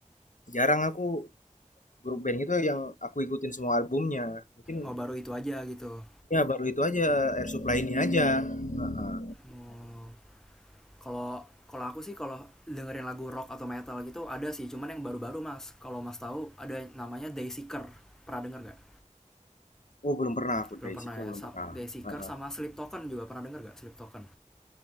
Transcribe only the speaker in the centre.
Oh, baru itu aja gitu.
Oh, kalau kalau aku sih kalau dengerin lagu rock atau metal gitu ada sih, cuman yang baru-baru mas. Kalau mas tahu ada namanya Dayseeker. Pernah denger nggak?
Belum
pernah
ya.
Sa-
Dayseeker
sama Sleep Token juga pernah denger nggak? Sleep Token?